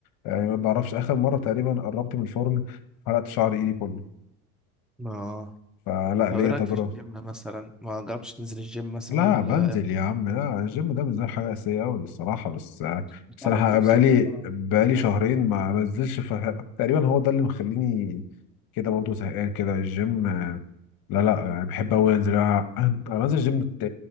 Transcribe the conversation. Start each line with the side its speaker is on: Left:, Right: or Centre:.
Left: آه، يعني ما بعرفش اخر مره تقريبا قربت من الفرن حرقت شعر ايدي كله
Centre: اه
Left: فلا
Centre: طب
Left: ليا
Centre: ايه رأيك
Left: تجربه
Centre: في الجيم مثلا؟ ما جربتش تنزل الجيم مثلا
Left: لا
Centre: ولا
Left: بنزل يا عم لا الجيم ده بالنسبه لي حاجه اساسيه قوي الصراحه بس
Centre: بتعرف
Left: بس انا
Centre: تفصل؟
Left: بقالي بقالي
Centre: آه.
Left: شهرين ما بنزلش ف... <laughs> تقريبا هو ده اللي مخليني كده برضه زهقان كده الجيم آه، لا لا يعني بحب قوي انزل انا أنا بنزل الجيم ت-